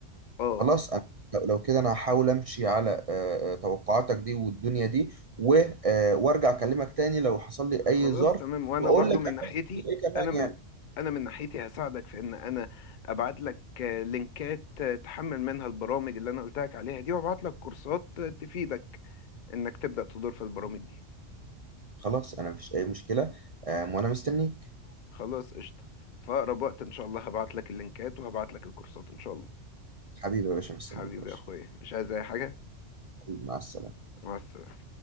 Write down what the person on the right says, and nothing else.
خلاص انا لو لو كده انا هحاول امشي على آه، آه، توقعاتك دي والدنيا دي و- آه، وارجع اكلمك تاني لو حصل لي
اي ظرف
واقول
لك
انا
عملت ايه كمان
يعني
خلاص انا مفيش اي مشكله آه، وانا مستنيك
حبيبي يا باشا مستنيك
يا باشا
حبيبي، مع السلامة